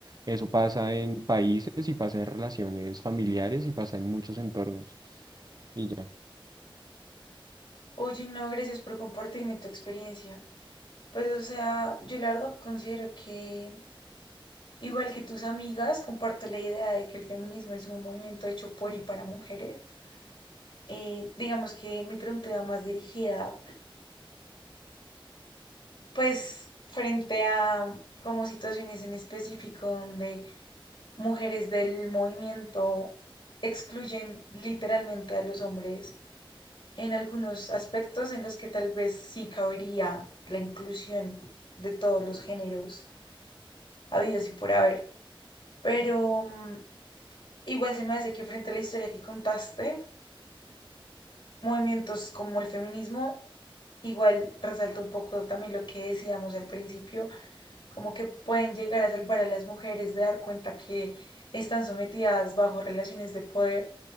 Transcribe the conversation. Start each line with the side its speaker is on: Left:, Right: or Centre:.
Right: eso pasa en países y pasa en relaciones familiares y pasa en muchos entornos y ya.
Left: Oye, no, gracias por compartirme tu experiencia. Pues, o sea, yo la verdad considero que, igual que tus amigas, comparto la idea de que el feminismo es un movimiento hecho por y para mujeres. Eh, digamos que mi pregunta iba más dirigida pues frente a como situaciones en específico donde mujeres del movimiento excluyen literalmente a los hombres en algunos aspectos en los que tal vez sí cabería la inclusión de todos los géneros habidos y por haber. Pero mm, igual se me hace que frente a la historia que contaste, movimientos como el feminismo, igual resalta un poco también lo que decíamos al principio como que pueden llegar a salvar a las mujeres de dar cuenta que están sometidas bajo relaciones de poder